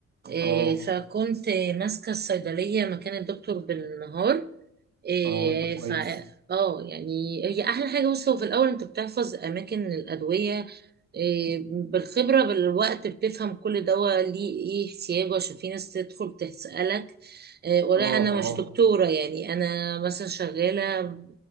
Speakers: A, on the right (about 35°); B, on the right (about 60°).
A: إيه،
B: اه
A: فكنت ماسكه الصيدليه مكان الدكتور بالنهار إيه
B: اه طب كويس
A: ف اه يعني هي احلى حاجه بص هو في الاول انت بتحفظ اماكن الادويه إيه بالخبره بالوقت بتفهم كل دواء ليه ايه احتياجه عشان في ناس تدخل تسالك إيه ولا
B: اه
A: انا
B: اه
A: مش دكتوره يعني انا مثلا شغاله